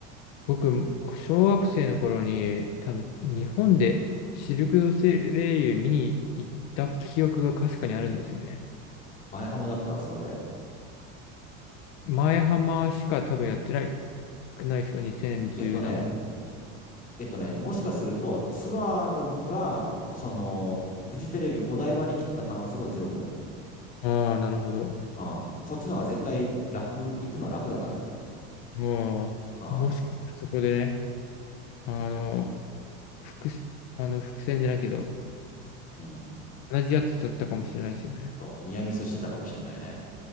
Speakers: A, on the left; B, on the left.
A: 僕、小学生の頃に、多分、日本でシルク・ドソレイユ見に行った記憶がかすかにあるんですよね。
B: 前浜だったらそれだよ。
A: 前浜しか多分やってない、少ないですか ?2010
B: えっとね、
A: なんと。
B: えっとね、もしかするとツアーの部が、その、フジテレビお台場に来てた可能性はゼロではない。
A: ああ、なるほど。
B: うん。そっちの方が絶対楽、行くのは楽だからね。
A: まあ、
B: ああ、
A: もしかしたらそこでね、あの、伏、あの、伏線じゃないけど、
B: うん。
A: 同じやつだったかもしれないですよね。
B: と、ニアミスしてたかもしれないね。